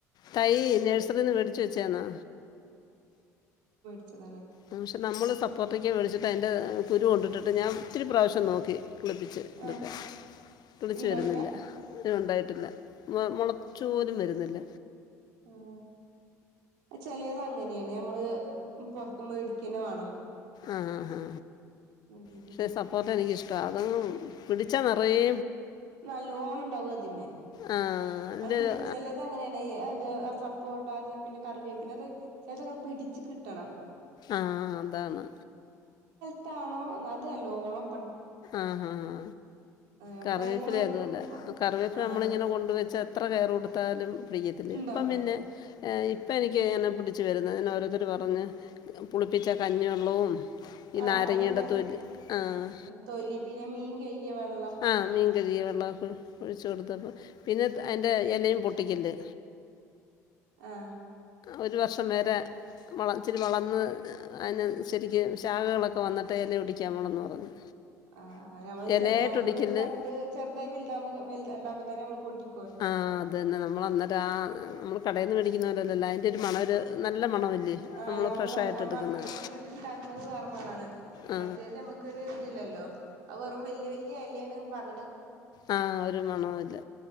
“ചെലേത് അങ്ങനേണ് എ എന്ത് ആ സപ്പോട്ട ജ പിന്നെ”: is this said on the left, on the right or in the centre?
Right